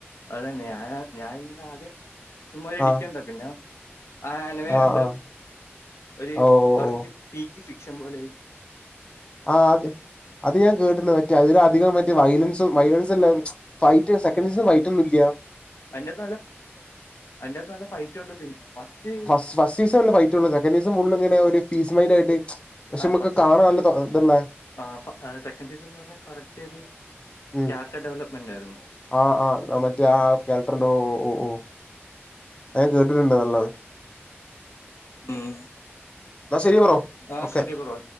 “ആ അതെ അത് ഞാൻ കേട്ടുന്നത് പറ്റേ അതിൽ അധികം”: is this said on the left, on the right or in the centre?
Left